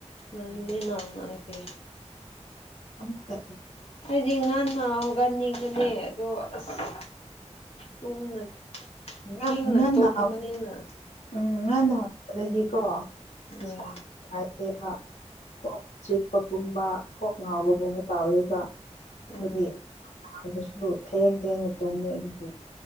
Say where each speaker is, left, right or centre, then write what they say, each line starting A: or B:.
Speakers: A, on the left (about 55°); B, on the left (about 90°).
A: ꯉꯜꯂꯤꯅ ꯅꯪꯗꯤ
B: ꯑꯃꯨꯛꯀ
A: ꯅꯤꯡꯉꯟꯅ ꯍꯧꯒꯠꯅꯤꯡꯕꯅꯦ ꯑꯗꯣ ꯑꯁ ꯇꯨꯝꯅ
B: ꯉꯥ
A: ꯊꯦꯡꯅ
B: ꯉꯟꯅ
A: ꯇꯨꯝꯕꯅꯤꯅ
B: ꯎꯝ ꯉꯟꯅ ꯍꯧꯒꯠꯂꯗꯤꯀꯣ ꯄꯤꯁꯥ
A: ꯎꯝ
B: ꯄꯥꯏꯗꯦꯕ ꯀꯣꯛ ꯆꯤꯛꯄꯒꯨꯝꯕ ꯀꯣꯛ ꯉꯥꯎꯕꯒꯨꯝꯕ ꯇꯥꯎꯔꯤꯕ
A: ꯎꯝ
B: ꯍꯥꯏꯗꯤ ꯑꯗꯨꯁꯨ ꯊꯦꯡ ꯊꯦꯡꯅ ꯇꯨꯝꯃꯦ ꯑꯗꯨꯒꯤ